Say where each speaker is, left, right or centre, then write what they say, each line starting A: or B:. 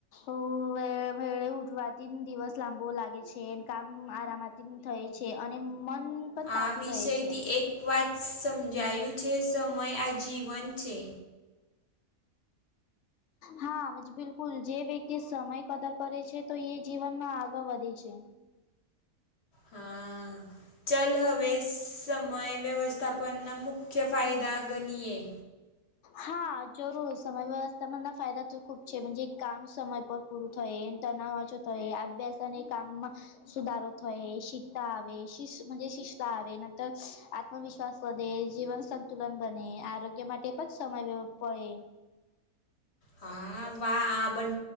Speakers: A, on the left; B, on the left.
A: અ વ વેળ ઉઠવાથી દિવસ લાંબો લાગે છે કામ આરામત જીમ થય છે અને મન પણ
B: આ
A: તાજું
B: વિષયથી
A: રહે છે
B: એક વાત સમજાયું છે સમય આજીવન છે.
A: હા મઁજે બિલકુલ જે વ્યક્તિ સમય કદર કરે છે તો એ જીવનમાં આગળ વધે છે.
B: હા ચલ હવે સમય વ્યવસ્થાપનના મુખ્ય ફાયદા ગનીયે.
A: હા જરૂર સમય વ્યવસ્થાપનના ફાયદા તો ખૂબ છે મંજે કામ સમય પર પૂરું થઈ તનાવ ઓછો થઈ અભ્યાસ અની કામમાં સુધારો થયે, શીતા આવે શીશ મઁજે શિસ્તા આવે નંતર- આત્મવિશ્વાસ વધે, જીવન સંતુલન બને આરોગ્ય માટે એ પણ સમય લેવો પડે.
B: હા વા આ બન